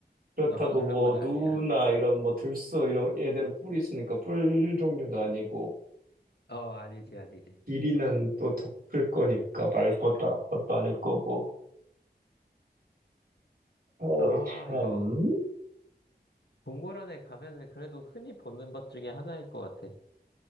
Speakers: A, on the right (about 60°); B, on the left (about 75°).
A: 그렇다고
B: 어, 얼룩말
A: 뭐,
B: 아니야.
A: 누나, 이런, 뭐, 들소, 이런, 얘들은 뿔이 있으니까 뿔 종류도 아니고,
B: 어, 아니지, 아니지.
A: 길이는 또 더 클 거니까 말보다 그것도 아닐 거고. 어우,
B: 아,
A: 참.
B: 이거 동물원에 가면은 그래도 흔히 보는 것 중에 하나일 것 같아.